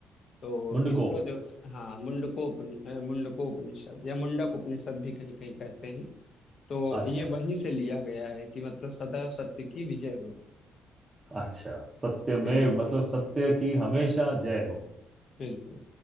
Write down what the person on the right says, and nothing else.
मुंडकोप
अच्छा
अच्छा सत्यमेव
मतलब सत्य की हमेशा जय हो